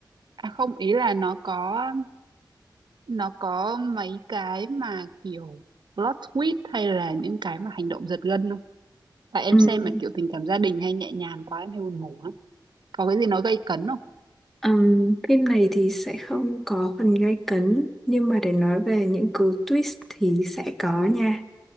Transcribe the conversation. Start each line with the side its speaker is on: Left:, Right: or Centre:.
Right: à không ý là nó có nó có mấy cái mà kiểu plot twist hay là những cái mà hành động giật gân không tại em
Centre: Ừm,
Right: xem mà kiểu tình cảm gia đình hay nhẹ nhàng quá em hay buồn ngủ lắm có cái gì nó gây cấn không
Centre: ừm, phim này thì sẽ không có phần gay cấn nhưng mà để nói về những cú twist thì sẽ có nha